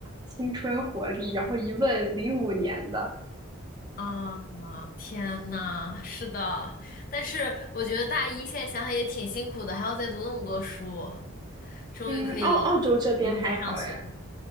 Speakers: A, on the right; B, on the left.
A: 青春活力，然后一问零五年的，
B: 啊，天呐，是的，但是我觉得大一现在想想也挺辛苦的，还要再读那么多书，终于可以不用再上学了
A: 嗯，澳澳洲这边还好哎，